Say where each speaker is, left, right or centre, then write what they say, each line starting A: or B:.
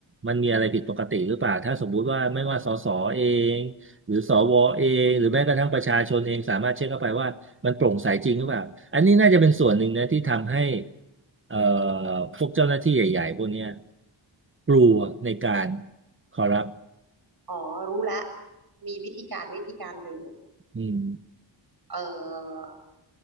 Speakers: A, on the right; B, on the right.
A: มันมีอะไรผิดปกติหรือเปล่าถ้าสมมุติว่าไม่ว่าสสเองหรือสวเองหรือแม้กระทั่งประชาชนเองสามารถเช็คเข้าไปว่ามันโปร่งใสจริงหรือเปล่าอันนี้น่าจะเป็นส่วนหนึ่งนะที่ทำให้เอ่อพวกเจ้าหน้าที่ใหญ่ๆพวกเนี้ยกลัวในการคอรัป
B: อ๋อรู้แล้ว มีวิธีการวิธีการหนึ่ง
A: อืม
B: เอ่อ